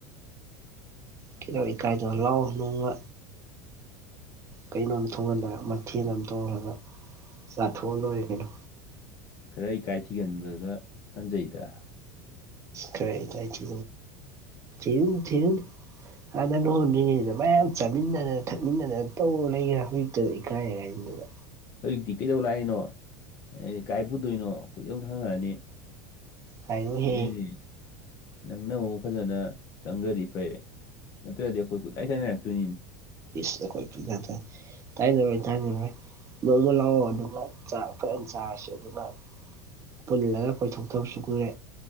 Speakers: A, on the right; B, on the left.
A: ꯀꯤ ꯏꯀꯥꯏꯗꯣ ꯂꯥꯛꯑꯣ ꯅꯣꯡꯕ ꯀꯩꯅꯣꯝ ꯊꯣꯡꯍꯜꯂꯒ ꯃꯊꯦꯜ ꯑꯃ ꯇꯣꯡꯉꯒ ꯆꯥꯊꯣꯛꯑ ꯂꯣꯏꯔ ꯀꯩꯅꯣ
B: ꯈꯔ ꯏꯀꯥꯏ ꯊꯤꯒꯟꯕꯒ ꯇꯟꯖꯩꯗ
A: ꯀꯥꯏ ꯀꯥꯏ ꯆ ꯊꯨ ꯊꯨ ꯍꯥꯟꯅ ꯂꯨ ꯍꯣꯟꯗ꯭ꯔꯤꯉꯩꯁꯤꯗ ꯃꯌꯥꯝ ꯆꯥꯃꯤꯟꯅꯗꯅ ꯊꯛꯃꯤꯟꯅꯗꯅ ꯇꯧꯔ ꯂꯩꯈ꯭ꯔꯦ ꯍꯧꯖꯤꯛꯇꯨꯗ ꯏꯀꯥꯏꯀꯥꯏꯁꯤꯗꯨꯗ
B: ꯍꯧꯖꯤꯛꯇꯤ ꯀꯩꯗꯧ ꯂꯥꯛꯏꯅꯣ ꯀꯥꯏ ꯄꯨꯗꯣꯏꯅꯣ ꯀꯗꯪ ꯈꯪꯉꯛꯑꯅꯤ
A: ꯍꯥꯏꯔꯣꯏꯍꯦ
B: ꯑꯩꯅꯤ ꯅꯪꯅꯕ ꯑꯃꯛ ꯐꯖꯅ ꯆꯪꯈ꯭ꯔꯗꯤ ꯐꯩ ꯅꯠꯇ꯭ꯔꯗꯤ ꯑꯩꯈꯣꯏ ꯀꯣꯏꯇꯥꯏ ꯇꯥꯏꯅꯔꯛꯇꯣꯏꯅꯤꯅꯤ
A: ꯏꯁꯁ ꯀꯣꯏ ꯅ ꯇꯥꯏꯅꯔꯩ ꯇꯥꯏꯅꯔꯩ ꯂꯣꯏꯗ ꯂꯥꯛꯑꯣ ꯑꯗꯨꯒꯥꯛ ꯐꯖꯅ ꯆꯥꯔꯁꯤ ꯑꯗꯨꯒ ꯄꯨꯜꯂꯒ ꯀꯣꯏꯊꯣꯛꯇꯕꯁꯨ ꯀꯨꯔꯦ